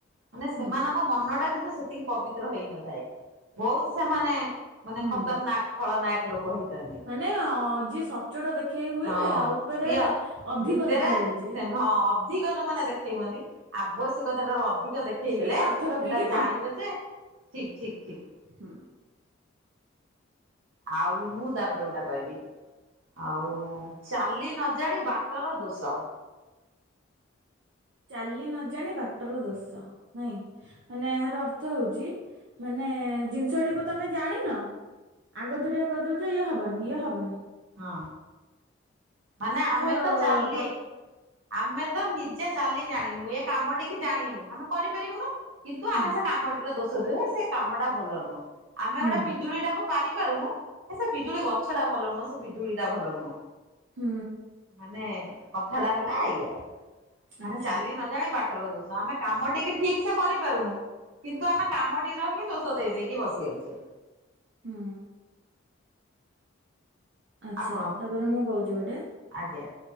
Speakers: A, on the right; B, on the right.
A: ମାନେ
B: ହୁଁ
A: ସେମାନଙ୍କ ମନ ଟା କିନ୍ତୁ ସେତିକି ପବିତ୍ର ହେଇନଥାଏ ବହୁତ ସେମାନେ ମାନେ
B: ହୁଁ।
A: ଖତରନାକ ଫଳନାୟକ ଲୋକ ହେଇଥାନ୍ତି।
B: ମାନେ ଯିଏ ସଚୋଟ ଦେଖେଇ ହୁଏ
A: ହଁ
B: ଆଉ ଉପରେ
A: ସିଏ
B: ଅଧିକ
A: ଭିତରେ
B: ଦେଖେଇ ହୁଏ ଯିଏ।
A: ସେ ହଁ ଅଧିକ ଯୋଉମାନେ ଦେଖେଇ ହୁଅନ୍ତି ଆବ ଆବଶ୍ୟକତା ଠାରୁ ଅଧିକ ଦେଖେଇ
B: ସେ
A: ହେଲେ
B: ସ୍ଵାର୍ଥ
A: ସେଟା
B: ରଖିକି
A: ଜାଣିବ ଯେ ଠିକ ଠିକ
B: ହଁ।
A: ଆଉ ମୁଁ ତାପରେ ଗୋଟା କହିବି। ଆଉ ଚାଲି ନଜାଣି ବାଟର ଦୋଷ।
B: ଚାଲି ନଜାଣି ବାଟର ଦୋଷ ନାଇଁ। ମାନେ ଏହାର ଅର୍ଥ ହେଉଛି ମାନେ ଜିନିଷଟିକୁ ତମେ ଜାଣିନ ଆଗ ଦୁରିଆ କହି ଦଉଛ ଇଏ ହବନି ଇଏ ହବନି।
A: ହଁ। ମାନେ ଆମେ
B: ଆର
A: ତ ଚାଲି
B: ପ୍ର
A: ଆମେ ତ ନିଜେ ଚାଲି ଜାଣିନୁ ଏ କାମ ଟିକେ ଜାଣିନୁ ଆମେ କରିପାରିବୁନୁ। କିନ୍ତୁ
B: ହଁ
A: ଆମେ ସେ କାମଟିର ଦୋଷ ଦଉ ହେ ସେ କାମଟା ଭଲ ନୁହଁ ଆମେ
B: ହୁଁ
A: ଗୋଟେ ପିଜୁଳିଟାକୁ ପାରି ପାରୁନୁ ସେ ପିଜୁଳି ଗଛ ଟା ଭଲ ନୁହଁ ସେ ପିଜୁଳି ଟା ଭଲ ନୁହଁ।
B: ହୁଁ।
A: ମାନେ କଥା ଟା ହେଲା ଏଇଆ ମାନେ
B: ଆଚ୍ଛା
A: ଚାଲି ନ ଜାଣି ବାଟର ଦୋଷ ଆମେ କାମ ଟିକି ଠିକ୍ ସେ କରିପାରୁନୁ କିନ୍ତୁ ଆମେ କାମଟିର ହିଁ ଦୋଷ ଦେଇ ଦେଇକି ବସି ଯାଉଛୁ।
B: ହୁଁ। ଆଚ୍ଛା
A: ଆପଣ
B: ତାପରେ ମୁଁ କହୁଛି ଗୋଟେ
A: ଆଜ୍ଞା